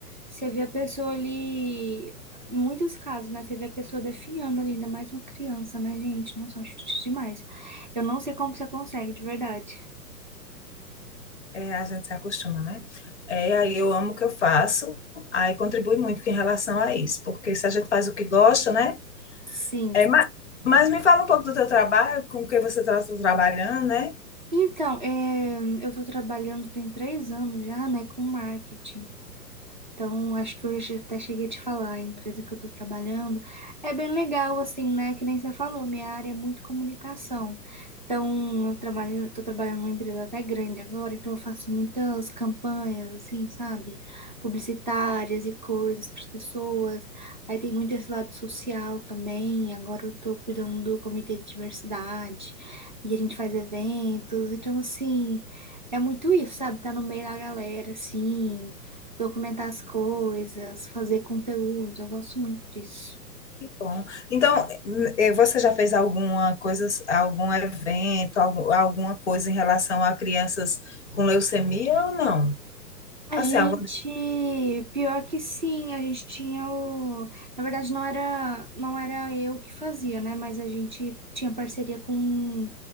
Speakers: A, on the right; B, on the left.
A: Você vê a pessoa ali, em muitos casos, né? Você vê a pessoa definhando ali, ainda mais uma criança, né, gente? Nossa, eu acho triste demais. Eu não sei como você consegue, de verdade.
B: é, a gente se acostuma, né? É, aí eu amo o que eu faço, aí contribui muito em relação a isso, porque se a gente faz o que gosta, né?
A: Sim.
B: É, mas, mas me fala um pouco do teu trabalho, com o que você está trabalhando, né?
A: Então, é, eu estou trabalhando tem três anos já, né, com marketing. Então, acho que eu já até cheguei a te falar, a empresa que eu estou trabalhando é bem legal, assim, né? Que nem você falou, minha área é muito comunicação. Então, eu trabalho, estou trabalhando numa empresa até grande agora, então eu faço muitas campanhas, assim, sabe? Publicitárias e coisas para as pessoas. Aí tem muito esse lado social também. Agora eu estou cuidando do comitê de diversidade e a gente faz eventos. Então, assim, é muito isso, sabe? Tá no meio da galera, assim documentar as coisas, fazer conteúdo, eu gosto muito disso.
B: Que bom. Então, eh, você já fez alguma coisa, algum evento, algu- alguma coisa em relação a crianças com leucemia ou não?
A: A
B: Assim,
A: gente,
B: algo
A: pior que sim, a gente tinha o, na verdade não era, não era eu que fazia, né, mas a gente tinha parceria com